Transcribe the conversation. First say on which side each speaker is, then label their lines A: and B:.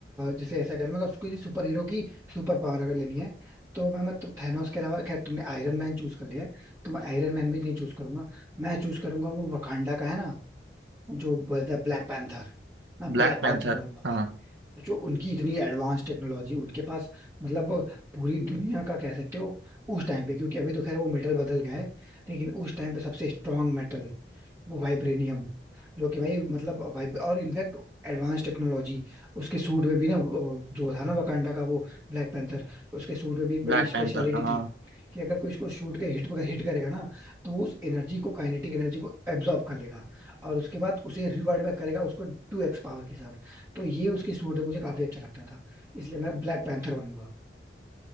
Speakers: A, on the right; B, on the right.
A: जैसे ऐसा कर मतलब किसी सुपर हीरो की सुपर पावर अगर लेनी है तो मैं मतलब थैनोस के अलावा खैर तुमने आयरन मैन चूज कर लिया है तो मैं आयरन मैन भी नहीं चूज करूंगा मैं चूज करूंगा वो वकांडा का है ना जो बोलता है ब्लैक पैंथर मैं
B: Black
A: ब्लैक पैंथर
B: Panther
A: बनूंगा भाई
B: हाँ
A: तो जो उनकी इतनी एडवांस टेक्नोलॉजी उनके पास मतलब पूरी दुनिया का कह सकते हो उस टाइम पे क्योंकि अभी तो खैर वो मेटल बदल गया है लेकिन उस टाइम पे सबसे स्ट्रांग मेटल वो वाइब्रेनियम जो कि भाई मतलब वाइब और इनफैक्ट एडवांस टेक्नोलॉजी उसके सूट में भी ना वो जो था ना वकांडा का वो ब्लैक पैंथर उसके सूट में भी एक बड़ी
B: ब्लैक
A: स्पेशलिटी
B: पैंथर का हाँ
A: थी कि अगर कोई इसको शूट के हिट हिट करेगा ना तो वो उस एनर्जी को काइनेटिक एनर्जी को एब्जॉर्ब कर लेगा और उसके बाद उसे रिवर्ट बैक करेगा उसको टू एक्स पावर के साथ तो ये उसकी सूट है मुझे काफी अच्छा लगता था इसलिए मैं ब्लैक पैंथर बनूंगा